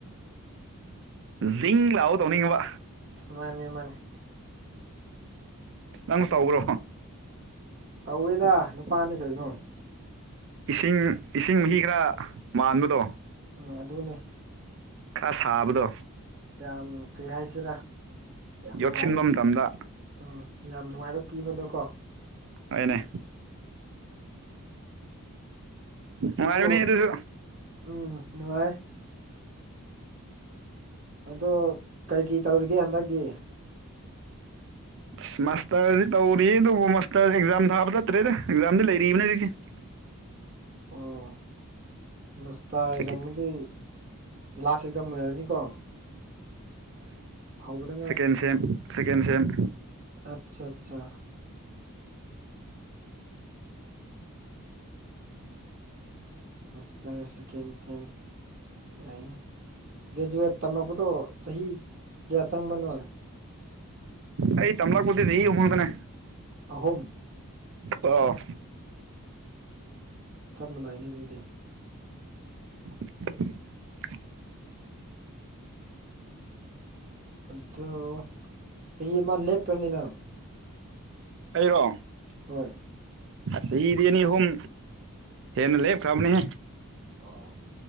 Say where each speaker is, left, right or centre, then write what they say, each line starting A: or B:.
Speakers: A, on the right; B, on the right.
A: ꯖꯤꯡ ꯂꯥꯛꯑꯣ ꯇꯧꯅꯤꯡꯕ
B: ꯃꯥꯅꯦ ꯃꯥꯅꯦ
A: ꯅꯪꯁꯨ ꯇꯧꯕ꯭ꯔꯣ
B: ꯇꯧꯋꯦꯗ ꯅꯨꯄꯥꯅꯤ ꯀꯩꯅꯣ
A: ꯏꯁꯤꯡ ꯏꯁꯤꯡ ꯃꯍꯤ ꯈꯔ ꯃꯥꯟꯕꯗꯣ
B: ꯎꯝ ꯑꯗꯨꯅꯦ
A: ꯈꯔ ꯁꯥꯕꯗꯣ
B: ꯌꯥꯝ ꯀꯔꯤ ꯍꯥꯏꯁꯤꯔꯥ ꯌꯥꯝ ꯅꯨꯡꯉꯥꯏꯕ
A: ꯌꯣꯠꯁꯤꯟꯕ
B: ꯄꯤ
A: ꯃꯇꯝꯗ
B: ꯎꯝ ꯌꯥꯝ ꯅꯨꯡꯉꯥꯏꯕ ꯄꯤꯕꯗꯣꯀꯣ
A: ꯑꯅꯦ ꯑꯃ
B: ꯑꯗꯣ
A: ꯑꯕꯤꯅꯤꯗꯣꯏꯁꯨ
B: ꯎꯝ ꯅꯨꯡꯉꯥꯏ ꯑꯗꯣ ꯀꯩ ꯀꯔꯤ ꯇꯧꯔꯤꯒꯦ ꯍꯟꯗꯛꯇꯤ
A: ꯑꯁ ꯃꯥꯁꯇꯔꯗꯤ ꯇꯧꯔꯤ ꯑꯗꯨꯕꯨ ꯃꯥꯁꯇꯔ ꯑꯦꯛꯖꯥꯝ ꯊꯥꯕ ꯆꯠꯇ꯭ꯔꯦꯗ ꯑꯦꯛꯖꯥꯝꯗꯤ ꯂꯩꯔꯤꯕꯅꯤꯅꯦ ꯍꯧꯖꯤꯀꯤ
B: ꯑꯣ ꯃꯁꯇꯥꯔ
A: ꯍꯧꯖꯤꯛꯇꯤ
B: ꯑꯦꯛꯖꯥꯝꯕꯨꯗꯤ ꯂꯥꯁ ꯑꯦꯛꯖꯥꯝ ꯑꯣꯏꯔꯅꯤꯀꯣ ꯍꯧꯕꯗ
A: ꯍꯀꯦꯟ ꯁꯦꯝ ꯁꯀꯦꯟ ꯁꯦꯝꯦꯝ
B: ꯑꯆꯥ ꯑꯠꯆꯥ ꯁꯇꯔꯦꯁ ꯀꯁ ꯍꯥꯏꯅꯤ ꯒ꯭ꯔꯦꯖꯨꯋꯦꯠ ꯇꯝꯃꯛꯛꯄꯗꯣ ꯆꯍꯤ ꯀꯌꯥ ꯆꯪꯝꯕꯅꯣ
A: ꯑꯩ ꯇꯝꯂ ꯀꯠꯇꯁꯤꯦ ꯌꯦꯃꯣꯟꯗꯅꯦ
B: ꯑꯍꯨꯝ
A: ꯑ
B: ꯆꯞ ꯃꯥꯟꯅꯏꯅꯦ ꯑꯗꯨꯗꯤ
A: <inaudible>
B: ꯑꯗꯨꯣ ꯆꯍꯤꯍ ꯑꯃ ꯂꯦꯞ꯭ꯔꯅꯤꯅꯪ
A: ꯑꯩꯔꯣ
B: ꯍꯣꯏ
A: ꯁꯤꯗꯤꯅꯤ ꯍꯣꯝ ꯍꯦꯟꯅ ꯂꯩꯦꯞ ꯈꯔꯕꯅꯦꯍꯦ
B: ꯑꯣ